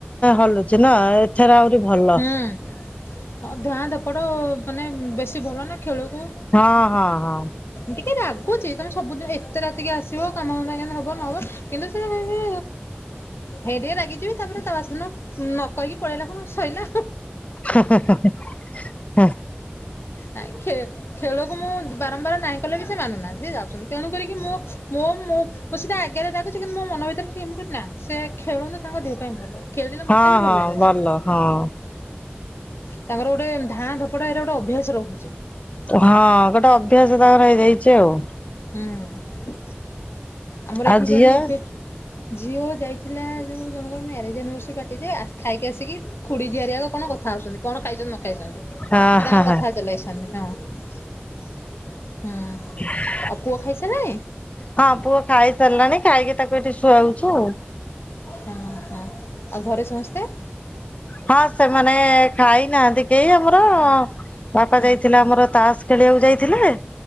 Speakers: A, on the left; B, on the left.
A: ହଲୁଛି ନା ଏଥରେ ଆହୁରି ଭଲ
B: ହୁଁ ଧାଆଁ ଧପଡ଼ ମାନେ ବେଶୀ ଭଲ ନା ଖେଳକୁ
A: ହଁ ହଁ ହଁ।
B: ଟିକେ ରାଗୁଛି ତମେ ସବୁଦିନ ଏତେ ରାତିକି ଆସିବ କାମ ସାଙ୍ଗ ହବ ନ ହବ। କିନ୍ତୁ ସେ ବି ହେରି ରାଗିଯିବେ ତାପରେ ତା ବାସିଦିନ ନ କହିକି ପଳେଇଲା ପୁଣି ସଇଲା
A: ହୁ ହୁ ହୁ
B: ନାଇଁ ଖେ ଖେଳକୁ ମୁଁ ବାରମ୍ବାର ନାହିଁ କଲେ ବି ସେ ମାନୁନାହାନ୍ତି ସେ ଯାଉଛନ୍ତି ତେଣୁ କରିକି ମୁଁ ମୁଁ ମୁଁ ମୁ ସେଟା ଆଗରେ ଡାଗୁଛି କିନ୍ତୁ ମୋ ମନ ଭିତରେ କେମ ନା ସେ ଖେଳନ୍ତୁ ତାଙ୍କ ଦେହ ପାଇଁ ଭଲ। ଖେଳିଲେ
A: ହଁ
B: ମତେ ବି
A: ହଁ
B: ଭଲ ଲାଗୁଛି।
A: ହଁ।
B: ତାଙ୍କର ଗୋଟେ ଧାଁ ଧପଡା ଏଟା ଗୋଟେ ଅଭ୍ୟାସ ରହୁଛି।
A: ହଁ ଗୋଟେ ଅଭ୍ୟାସ ତାଙ୍କର ହେଇଯାଇଛି ଆଉ
B: ହୁଁ ଆମର
A: ଆଉ
B: ଏଇଠି
A: ଝିଅ
B: ଜଣେ ଏବେ ଝିଅ ଯାଇଥିଲା ଯୋଉ ଜଣଙ୍କର ମ୍ୟାରେଜ୍ ଆନିଭର୍ସିରି ପାଟିରେ ଖାଇକି ଆସିକି ଖୁଡି ଝିଆରୀ କଣ ଆଗ କଥା ହଉଛନ୍ତି କଣ ଖାଇଛ ନ ଖାଇଛନ୍ତି
A: ହ
B: ସେ
A: ହ
B: ତାଙ୍କର
A: ହ।
B: କଥା ଚଲାଇଛନ୍ତି ହଁ ହୁଁ
A: ହଁ
B: ଅ ପୁଅ ଖାଇସାଇଲାଣି?
A: ହଁ ପୁଅ ଖାଇ ସାରିଲାଣି ଖାଇକି ତାକୁ ଏଠି ଶୁଆଉଛୁ ଆଉ
B: ହଁ ହଁ ଆଉ ଘରେ ସମସ୍ତେ?
A: ହଁ ସେମାନେ ଖାଇନାହାନ୍ତି କେହି ଆମର ବାପା
B: ହୁଁ
A: ଯାଇଥିଲା ଆମର ତାସ ଖେଳିବାକୁ ଯାଇଥିଲେ